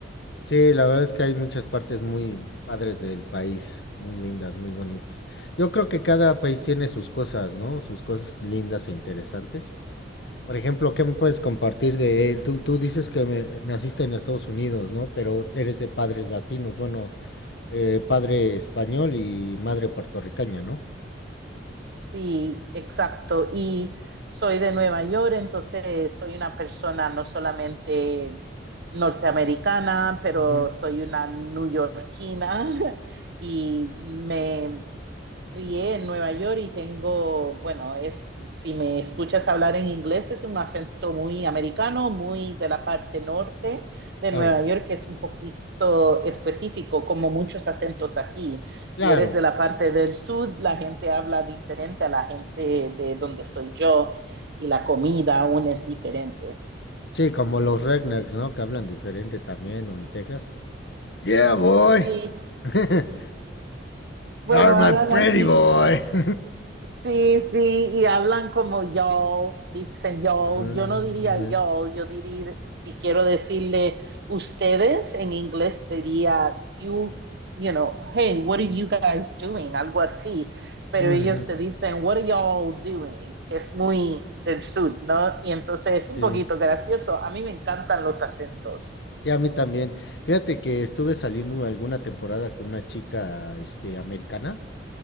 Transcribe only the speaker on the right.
Sí, exacto. Y soy de Nueva York, entonces soy una persona no solamente norteamericana, pero
soy una neoyorquina <laughs> y me, crié en Nueva York y tengo, bueno, es, si me escuchas hablar en inglés, es un acento muy americano, muy de la parte norte de
Nueva York, que es un poquito específico, como muchos acentos aquí.
Si eres de la parte del sur, la gente habla diferente a la gente de donde soy yo y la comida aún es diferente.
Sí,
bueno,
hablan
así
Sí, sí, y hablan como yo, dicen yo,
yo no diría
yo, yo diría, si quiero decirle ustedes en inglés, diría you, you know, hey, what are you guys doing? Algo así, pero
ellos te dicen, what are y'all doing? Es muy del sur, ¿no? Y entonces es un
poquito gracioso, a mí me encantan los acentos,